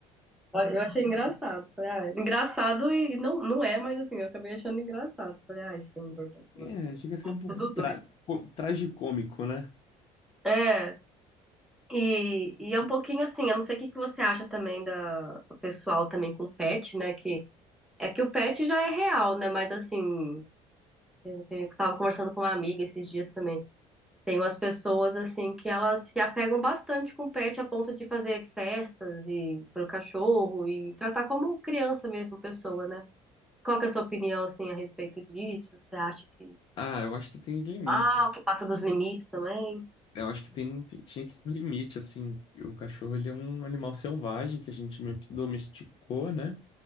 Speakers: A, in the centre; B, on the left.
A: Eu achei engraçado. Falei, ah, engraçado e e não, não é, mas assim, eu acabei achando engraçado. Falei, ai, senhor da glória.
B: É, chega a ser um pouco
A: Ficou Tudo
B: tra...
A: doido.
B: co- tragicômico, né?
A: É, e, e é um pouquinho assim, eu não sei o que que você acha também da, do pessoal também com pet, né? Que é que o pet já é real, né? Mas assim, é que a gente tava conversando com uma amiga esses dias também. Tem umas pessoas assim que elas se apegam bastante com o pet a ponto de fazer festas e pro cachorro e tratar como criança mesmo, pessoa, né? Qual que é a sua opinião, assim, a respeito disso? Você acha que,
B: Ah, eu acho que tem limite.
A: ah, que passa dos limites também?
B: Eu acho que tem, tem- tinha que ter um limite, assim. O cachorro, ele é um animal selvagem que a gente meio que domesticou, né?